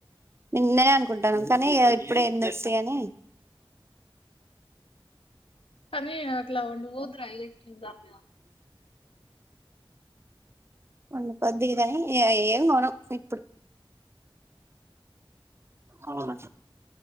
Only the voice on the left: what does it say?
అవి అట్లా నువ్ ట్రై చేయి ఎలక్ట్రిక్ దానిమీద.